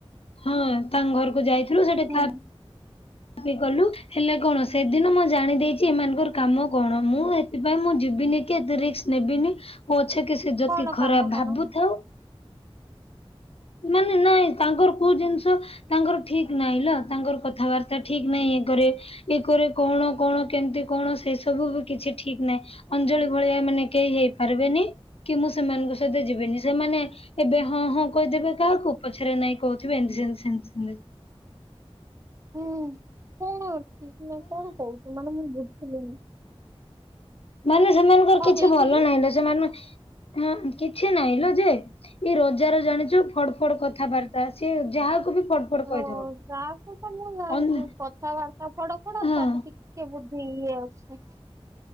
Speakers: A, on the left; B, on the right.
A: ହଁ ତାଙ୍କ ଘରୁକୁ ଯାଇଥିଲୁ ସେଠି
B: ହୁଁ
A: ଖାଇଆ ପି କଲୁ। ହେଲେ କଣ ସେଦିନ ମୁଁ ଜାଣି ଦେଇେଚି ଏମାନଙ୍କର କାମ କଣ ମୁଁ ଏଥିପାଇଁ ମୁଁ ଯିବିନି କି ଏତେ ରିକ୍ସ ନେବିନି ପଛେକେ ସେ ଯୋତି
B: କଣ
A: ଖରାପ
B: କାମ କଣ
A: ଭାବୁଥାଉ ମାନେ ନାଇଁ ତାଙ୍କର କୋଉ ଜିନଷ ତାଙ୍କର ଠିକ୍ ନାଇଁ ଲା ତାଙ୍କର କଥାବାର୍ତ୍ତା ଠିକ ନାଇଁ ଏକରେ ଏକରେ କଣ କଣ କେମତି କଣ ସେ ସବୁ ବି କିଛି ଠିକ୍ ନାଇଁ ଅଞ୍ଜଳି ଭଳିଆ ଏମାନେ କେହି ହେଇପାରିବେନି କି ମୁଁ ସେମାନଙ୍କ ସହିତ ଯିବିନି ସେମାନେ ଏବେ ହଁ ହଁ। କଇଦେବେ କାହାକୁ ପଛରେ ନାଇଁ କୋଉଥିବେ ଏମତି ସେମତି ସେମିତି ସେମିତ୍
B: ହୁଁ କଣ ଠିକ୍ ନାଇଁ ତୋର କୋଉ ମାନେ ମୁଁ ବୁଝିଲିିନି।
A: ମାନେ ସେମାନଙ୍କର
B: କଣ
A: କିଛି
B: ହେଇଛି
A: ଭଲ
B: କି
A: ନାଇଁ ନା ସେମନେ ହଁ କିଛି ନାଇଁ ଲୋ ଯେ ଏଇ ରୋଜାର ଜାଣିଚୁ ଫଡ୍ ଫଡ୍ କଥାବାର୍ତ୍ତା ତା ସିଏ ଯାହାକୁ ବି ଫଡ୍ ଫଡ୍ କହିଦବ
B: ହ ଯାହାକୁ ତ ମୁ
A: ଅନ୍
B: କଥାବାର୍ତ୍ତା ଫଡ଼ ଫଡ଼
A: ହଁ
B: ତାଠୁ ଟିକେ କେ ବୁଦ୍ଧି ଇଏ ଅଛି